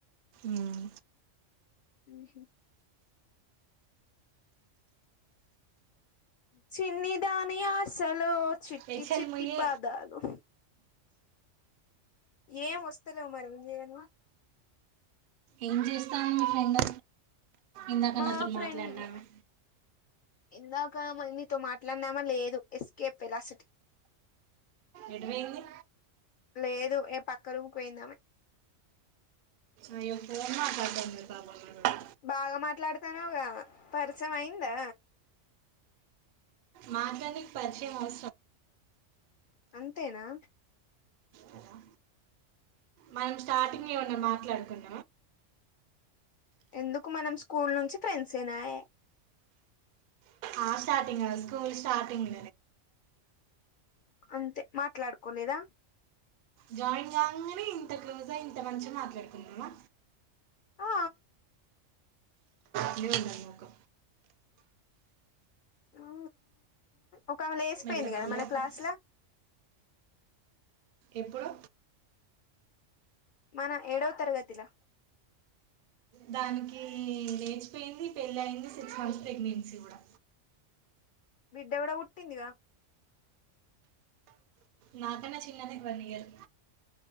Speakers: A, on the right (about 60°); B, on the left (about 60°).
A: హ్మ్మ్
B: ఆహ చిన్ని దాని ఆశలో చిట్టి
A: హెచ్ఎల్
B: చిట్టి
A: మొయ్యి
B: పాదాలు ఏం వస్తలేవ్ మరి ఏం చేయనుమా
A: ఏం చేస్తాను మీ ఫ్రెండ్ ఇందాకన్నా
B: మా
A: అతను
B: ఫ్రెండ్
A: మాట్లాడినామే
B: ఇందాక మ నీతో మాట్లాడినామా లేదు ఎస్కేప్ పెలాసిటీ
A: ఎడవయింది
B: లేదు ఏపక్క రూమ్ కి పోయిందామే
A: అ ఫోన్ మా కదా మరు బబా మ
B: బాగా మాట్లాడతానువుగా పరిచయం అయిందా
A: మాట్లాడానిక్ పరీ ే అ
B: అంతేనా
A: కదా మనం స్టార్టింగ్ ఏ ఉన్నా మాట్లాడుకుంట
B: ఎందుకు మనం స్కూల్ నుంచి ఫ్రెండ్స్ అ నయే
A: ఆ స్టార్టింగ్ స్కూల్ స్టార్టింగ్
B: అంతే మాట్లాడుకోలేదా
A: జాయిన్ కాగానే ఇంత క్లోజ్ ఇంత మంచిగా మాట్లాడుకున్నమా
B: ఆ
A: అన్న ఉంద నోకు
B: ఆ ఒకామె లేసిపోయింది
A: మెల్లమెల్లగా
B: కదా మన క్లాస్
A: పని
B: లో
A: ఎప్పుడు
B: మన ఏడవ తరగతిలా
A: దానికి లేచిపోయింది పెళ్లిి అయింది సిక్స్ మంత్స్ ప్రెగ్నెన్సీ కూడా
B: బిడ్డ కూడా పూట్టిందిగా
A: నాకైన్న చిన్నది వన్ ఇయర్